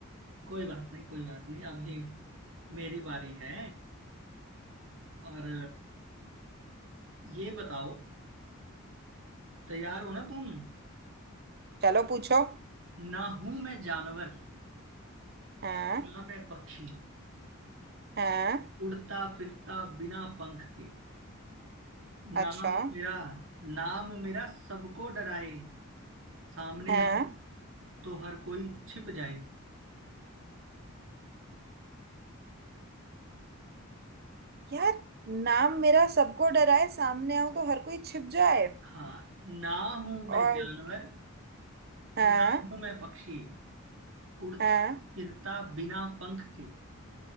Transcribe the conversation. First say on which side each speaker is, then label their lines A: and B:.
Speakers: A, on the right; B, on the right.
A: कोई बात नहीं कोई बात नहीं अभी मेरी बारी है और ये बताओ तैयार हो ना तुम
B: चलो पूछो
A: ना हूं मैं जानवर
B: हाँ
A: ना मैं पक्षी
B: हाँ
A: उड़ता फिरता बिना पंख के नाम
B: अच्छा
A: मेरा नाम मेरा सबको डराए सामने
B: हाँ
A: आ तो हर कोई छिप जाए
B: यार नाम मेरा सबको डराए सामने आऊं तो हर कोई छिप जाए
A: हाँ ना हूं
B: और
A: मैं जानवर
B: हाँ
A: ना हूं मैं पक्षी उड़ता
B: हाँ
A: फिरता बिना पंख के